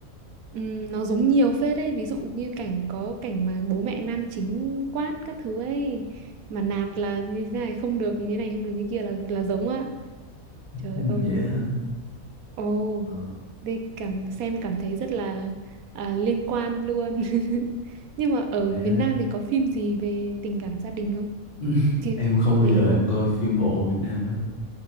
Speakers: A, on the right; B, on the left.
A: Ừm, nó giống nhiều phết đấy ví dụ như cảnh có cảnh mà bố mẹ nam chính quát các thứ ấy mà nạt là như thế này không được như này không được như kia là là giống á trời
B: Ừ,
A: ơi
B: vậy hả?
A: ồ
B: Ờ,
A: đây cảm xem cảm thấy rất là à, liên quan luôn <laughs> nhưng mà ở
B: đấy
A: miền
B: đấy.
A: Nam thì có phim gì về tình cảm gia đình không
B: <laughs>
A: Chị
B: Em không
A: về
B: bao giờ em coi phim bộ Việt Nam hết.